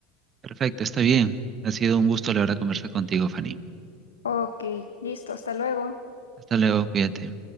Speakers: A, on the right (about 30°); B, on the left (about 75°).
A: Perfecto, está bien. Ha sido un gusto, la verdad, conversar contigo, Fanny.
B: Ok, listo, hasta luego.
A: Hasta luego, cuídate.